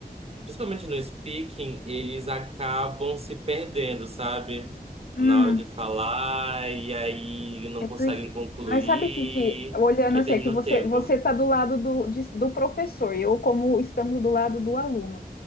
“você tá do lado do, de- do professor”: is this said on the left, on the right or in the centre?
Left